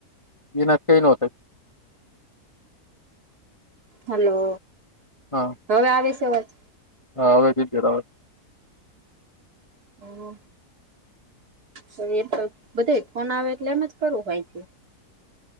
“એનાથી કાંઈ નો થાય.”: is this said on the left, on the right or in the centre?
Left